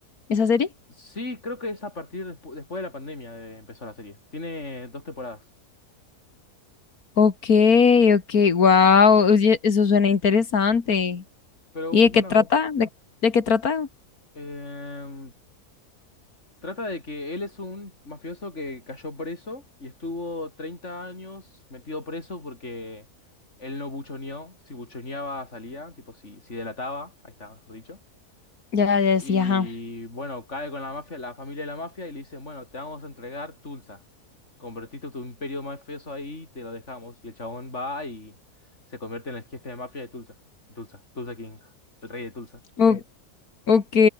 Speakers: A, on the left; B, on the left.
A: esa serie.
B: Sí, creo que es a partir despu- después de la pandemia de- empezó la serie. Tiene dos temporadas.
A: Ok, ok, wow, oye, eso suena interesante.
B: Pero
A: ¿Y
B: bueno,
A: de qué trata? ¿De, de qué trata?
B: em, trata de que él es un mafioso que cayó preso y estuvo 30 años metido preso porque él no buchoneó. Si buchoneaba, salía. Tipo, si, si delataba, ahí está, mejor dicho.
A: Ya, ya,
B: Y
A: sí, ajá.
B: bueno, cae con la mafia, la familia de la mafia, y le dicen, bueno, te vamos a entregar Tulsa. Convertiste tu imperio mafioso ahí y te lo dejamos. Y el chabón va y se convierte en el jefe de mafia de Tulsa. Tulsa, Tulsa King, el rey de Tulsa.
A: O- ok,